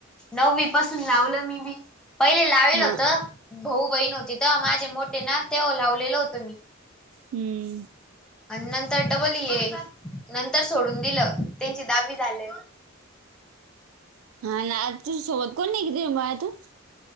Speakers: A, in the centre; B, on the right (about 80°).
A: नववी पासून लावलं मी बी पहिले लावेल
B: हा
A: होत. भाऊ बहीण होती तर माझे मोठे ना ते लावलेलं होतं मी.
B: हम्म.
A: अनंतर डबल येे. नंतर सोडून दिलं त्यांची दहावी झालं.
B: हा ना आ तू सोबत कोण नाही कती बाळ तू.